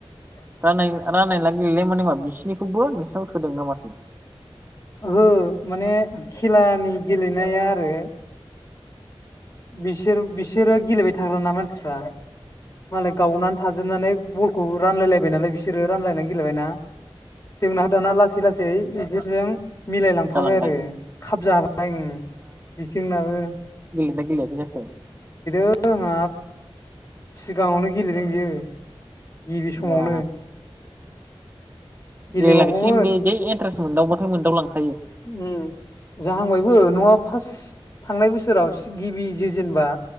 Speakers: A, on the right; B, on the left.
A: रा रानलायना गेलेनाय माने मा बिसिनिखौबो नोंसिनाव सोदोंना माथो?
B: ओहो माने खेलानि गेलेनाया आरो। बिसोर बिसोरो गेलेबाय थाग्राना मानसिफ्रा। मालाय गावनानै थाजोबनानै बलखौ रानलायलायबाय नालाय बिसोरो रानलायनानै गेलेबायना। जोंनाव दाना लासै लासै इसोरजों। मिलायलांफाबाय
A: जालांबाय
B: आरो खाब जाबाय बेजोंनाबो।
A: ना गेलेयाखै जाखो?
B: जोंहा सिगाङावनो गेलेदों बियो। गिबि समावनो।
A: बा
B: गेलेबावगौमोन
A: गेलेलांसिगोन बे जै इन्टारेस्ट मोनदावबाथाय मोनदाव लांखा
B: ओम जाहांबायबो न'आ। फार्स्ट थांनाय बोसोराव गिबि जो जेनेबा।